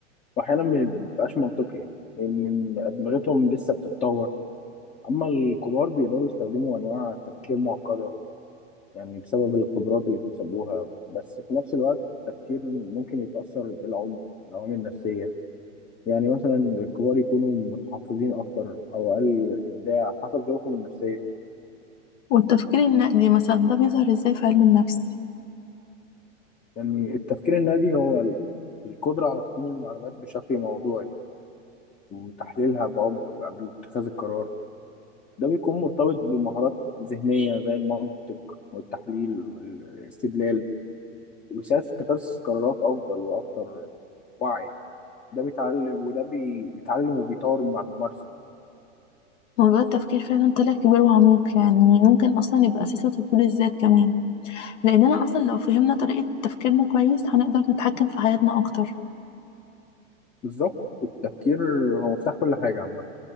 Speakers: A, on the left (about 20°); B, on the left (about 70°).
A: وأحيانا ما بيبقاش منطقي لأن أدمغتهم لسه بتتطور أما الكبار بيقدروا يستخدموا أنواع تفكير معقدة يعني بسبب الخبرات اللي اكتسبوها بس في نفس الوقت التفكير ممكن يتأثر بالعمر العوامل النفسية يعني مثلا الكبار يكونوا متحفظين أكتر أو أقل إبداع حسب ظروفهم النفسية
B: والتفكير النقدي مثلا ده بيظهر ازاي في علم النفس
A: يعني التفكير النادي هو ال- القدرة على تقييم المعلومات بشكل موضوعي وتحليلها بعمق قبل اتخاذ القرار ده بيكون مرتبط بمهارات ذهنية زي المنطق والتحليل والاستدلال وبيساعد في اتخاذ قرارات أفضل وأكثر وعي ده بيتعلم وده بي- بيتعلم وبيطور مع الممارسة
B: موضوع التفكير فعلا طلع كبير وعميق يعني ممكن اصلا يبقى اساس لتطوير الذات كمان لاننا اصلا لو فهمنا طريقة تفكيرنا كويس هنقدر نتحكم في حياتنا اكتر
A: بالظبط التفكير هو مفتاح كل حاجة عامة